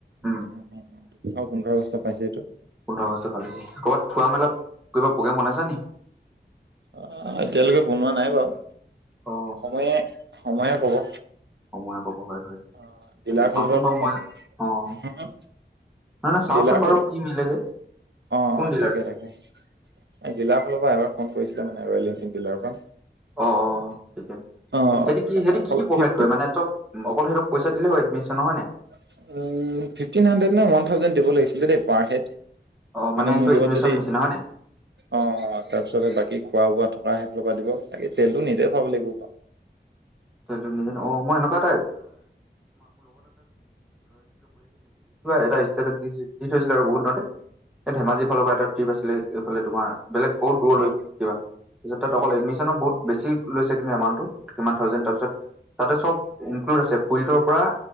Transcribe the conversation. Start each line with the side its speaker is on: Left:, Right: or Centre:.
Centre: উম,
Right: আৰু পোন্ধৰ আগষ্ট পাইছে এইটো
Centre: পোন্ধৰ আগষ্ট পালেহি। ক'বাত ফুৰা- মেলা কিবা প্ৰগেম বনাইছা নি?
Right: অ', এতিয়ালৈকে বনোৱা নাই বাৰু,
Centre: অ
Right: সময়ে-সময়ে ক'ব।
Centre: সময় ক'ব হয় হয়
Right: অ', ডিলাৰ
Centre: তাকে চাওঁচোন
Right: ফালৰ পৰা
Centre: বাৰু
Right: ফো,
Centre: মই অ নহয়
Right: হা
Centre: নহয় চাওঁচোন
Right: দিলাৰ
Centre: বাৰু
Right: ফালৰ অ,
Centre: কি মিলেগে
Right: অ,
Centre: কোন ডিলাৰ
Right: তাকে-তাকে। ডিলাৰ ফালৰ পৰা এবাৰ ফোন কৰিছিলে মানে, ৰয়েল এনফিল্ড ডিলাৰ পৰা।
Centre: অ, অ, সেইটোৱে,
Right: অ
Centre: সিঁহতি কি
Right: মানে
Centre: সিঁহতি
Right: অকল
Centre: কি কি প্ৰভাইড
Right: ফিফটিন
Centre: কৰে? মানে চব অকল সিহঁতক পইচা দিলে হয়, এডমিশ্যনৰ, হয় নাই?
Right: ফিফটিন হাণ্ড্ৰেড নে, ওৱান থাউজেণ্ড দিব লাগিছিলে দেই, পাৰ হেড।
Centre: অ
Right: মানে,
Centre: সেইটো
Right: মোৰ
Centre: এডমিশন
Right: লগত যদি
Centre: নিচিনা হয় নাই
Right: অ, তাৰপিছতে বাকী খোৱা বোৱা থকা সেইফালৰ পৰা দিব বাকী, তেলটো নিজে খাব লাগিব বা
Centre: <inaudible> কিবা এটা ষ্টেটত দি থৈছিলে আৰু বহুত দিনতে এই ধেমাজিৰ
Right: অ
Centre: ফালৰ পৰা এটা আছিলে এইফে তোমাৰ বেলেগ বহুত দূৰলৈ
Right: অ
Centre: কিবা, তাৰপিছ তাত অকল
Right: অ
Centre: এডমিশ্যন বহুত বেছি লৈছে কিন্তু এমউটটো কিমান থাউজেড তাৰপিছত তাতে চ'ব ইনক্লড আছে, কোৰিদৰ পৰা